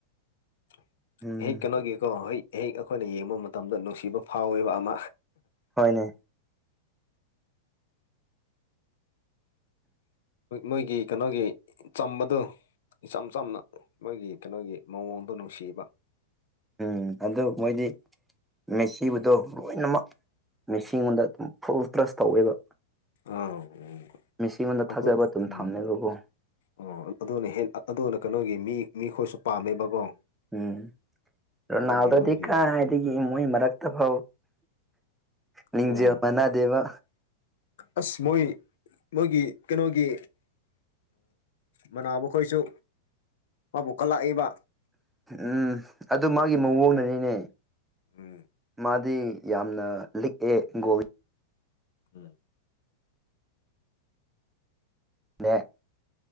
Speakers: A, on the left (about 70°); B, in the centre.
A: <inaudible>
B: ꯎꯝ
A: ꯍꯦꯛ ꯀꯩꯅꯣꯒꯤꯀꯣ ꯍꯦꯛ ꯍꯦꯛ ꯑꯩꯈꯣꯏꯅ ꯌꯦꯡꯕ ꯃꯇꯝꯗ ꯅꯨꯡꯁꯤꯕ ꯐꯥꯎꯋꯦꯕ ꯑꯃ
B: ꯍꯣꯢꯅꯦ
A: ꯃꯣꯏꯒꯤ ꯀꯩꯅꯣꯒꯤ ꯆꯝꯕꯗꯣ ꯏꯆꯝ ꯆꯝꯅ ꯃꯣꯏꯒꯤ ꯀꯩꯅꯣꯒꯤ ꯃꯑꯣꯡꯗꯣ ꯅꯨꯡꯁꯤꯕ
B: ꯎꯝ ꯑꯗꯣ ꯃꯣꯏꯗꯤ ꯃꯦꯁꯤꯕꯗꯣ ꯂꯣꯏꯅꯃꯛ ꯃꯤꯁꯤꯉꯣꯟꯗ ꯑꯗꯨꯝ ꯐꯨꯜ ꯇ꯭ꯔꯁ ꯇꯧꯋꯦꯕ
A: ꯑꯥ ꯎꯝ
B: ꯃꯤꯦꯁꯤꯉꯣꯟꯗ
A: ꯑꯗꯨ
B: ꯊꯥꯖꯕ ꯑꯗꯨꯝ
A: ꯎꯝ
B: ꯊꯝꯃꯦꯕꯀꯣ
A: ꯑꯣ ꯑꯗꯨꯅ ꯍꯦꯛ ꯑꯗꯨꯅ ꯀꯩꯅꯣꯒꯤ ꯃꯤ ꯃꯤꯈꯣꯏꯁꯨ ꯄꯥꯝꯃꯦꯕꯀꯣ
B: ꯎꯝ ꯔꯣꯅꯜꯗꯣꯗꯤ
A: ꯑꯗꯨꯒꯤ ꯃꯣꯏꯒꯤ
B: ꯀꯥꯏꯗꯒꯤ
A: ꯎꯝ
B: ꯃꯣꯏ ꯃꯔꯛꯇ ꯐꯥꯎ ꯂꯤꯡꯖꯦꯜ
A: ꯎꯝ
B: ꯃꯅꯥꯗꯦꯕ
A: ꯑꯁ ꯃꯣꯏ ꯃꯣꯏꯒꯤ ꯀꯩꯅꯣꯒꯤ ꯃꯅꯥꯕ ꯃꯈꯣꯏꯁꯨ ꯃꯥꯕꯨꯛ ꯀꯂꯥꯛꯏꯕ
B: ꯎꯝ ꯑꯗꯨ ꯃꯥꯒꯤ ꯃꯑꯣꯡꯅꯅꯤꯅꯦ
A: ꯎꯝ
B: ꯃꯥꯗꯤ ꯌꯥꯝꯅ ꯂꯤꯛꯑꯦ ꯒꯣꯜ
A: ꯎꯝ
B: ꯃꯦ